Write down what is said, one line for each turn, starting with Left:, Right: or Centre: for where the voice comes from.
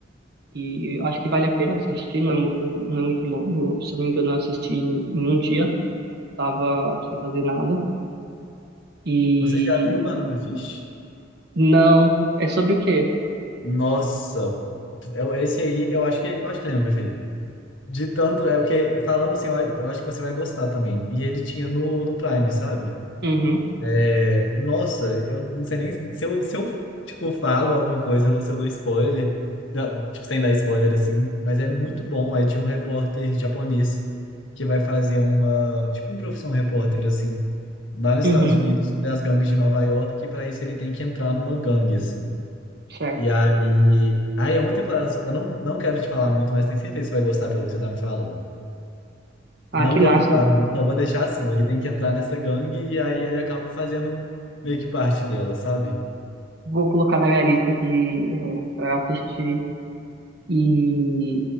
Right: E eu acho que vale a pena você assistir, não é muito, não é muito longo. Se eu não me engano, eu assisti em, em um dia, tava sem fazer nada. E
Left: Você já viu Banana Fish?
Right: não, é sobre o quê?
Left: Nossa, eu- esse aí eu acho que eu acho que ele é meu preferido. De tanto, é porque falando assim, eu eu acho que você vai gostar também. E ele tinha no, no Prime, sabe?
Right: Uhum,
Left: É, nossa, eu não sei nem se eu, se eu tipo falo alguma coisa ou se eu dou spoiler, da- tipo sem dar spoiler assim, mas é muito bom, é de um repórter japonês que vai fazer uma, tipo um profissão repórter assim, lá nos
Right: uhum,
Left: Estados Unidos, sobre as gangues de Nova York, e para isso ele tem que entrar numa gangue assim.
Right: certo.
Left: E aí. Aí é uma temporada. só. Eu não, não quero te falar muito, mas tenho certeza que você vai gostar pelo que você tá me falando.
Right: Ah,
Left: Não
Right: que
Left: quero
Right: massa.
Left: falar muito, só vou deixar assim. Ele tem que entrar nessa gangue e aí ele acaba fazendo meio que parte dela, sabe?
Right: Vou colocar na minha lista aqui, é, pra assistir. E